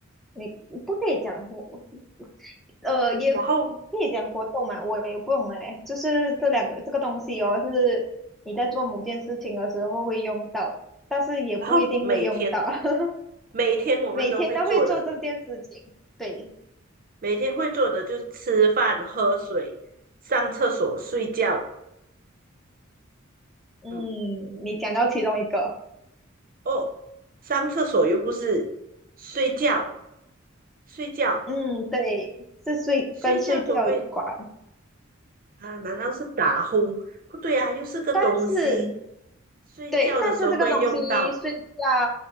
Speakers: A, in the centre; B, on the right.
A: 你不可以讲活，呃，也不可以讲活动嘛，
B: 然后，
A: 我也不懂哎，就是这两个这个东西哦，是你在做某件事情的时候会用到，但是也不一定会用到。
B: 然后每天
A: <laughs>
B: 每天我们都会做的，
A: 每天都会做这件事情。对，
B: 每天会做的就是吃饭、喝水、上厕所、睡觉，
A: 嗯，
B: 嗯，
A: 你讲到其中一个，
B: 哦，上厕所又不是睡觉，睡觉，
A: 嗯，对，是睡跟睡觉有关，
B: 睡觉都会啊？难道是打呼？不对啊，又是个东西。
A: 但是
B: 睡觉的时候会用到
A: 对，但是这个东西睡觉